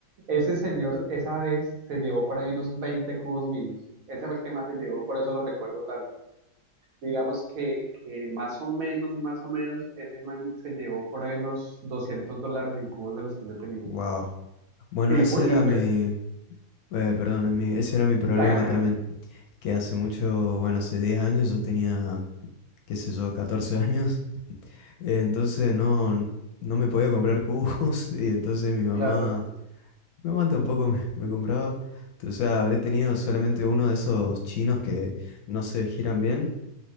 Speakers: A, on the right; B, on the left.
A: Ese señor esa vez se llevó por ahí unos 20 cubos míos. Ese fue el que más se llevó, por eso lo recuerdo tanto. Digamos que, que más o menos, más o menos, ese man se llevó por ahí unos 200 dólares en cubos de los que yo tenía.
B: Wow. Bueno,
A: Y,
B: ese
A: pu- y
B: era
A: pues,
B: mi, eh, perdón, mi- ese era mi problema
A: hágale,
B: también,
A: hágale.
B: que hace mucho, bueno, hace 10 años yo tenía, qué sé yo, catorce años Eh, Entonces no, no me podía comprar cubos <laughs> y entonces mi mamá,
A: Claro,
B: mi mamá tampoco me, me compraba. O sea, habré tenido solamente uno de esos chinos que no se giran bien